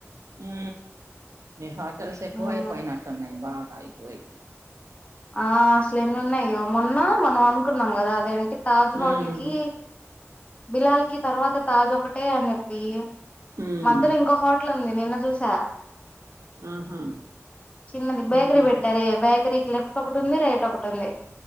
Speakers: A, on the right; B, on the left.
A: ఊ ఈ హోటల్స్ ఎక్కువ
B: ఉమ్
A: అయిపోయినట్టున్నాయి బాగా ఇటు వైపు
B: ఆ అసలు ఎన్ని ఉన్నాయో మొన్న మనం అనుకున్నాం కదా అదేంటి తాజ్
A: హ్మ్
B: హోటల్ కి బిలాల్ కి తర్వాత తాజ ఒకటే అని చెప్పి
A: హ్మ్
B: మధ్యలో ఇంకో హా ఇట్ల ఉంది నిన్న చూసా
A: ఆహా
B: చిన్నది
A: హ్మ్
B: బేకరీ పెట్టారే బేకరి కి లెఫ్ ఒకటి ఉంది రైట్ ఒకటి ఉంది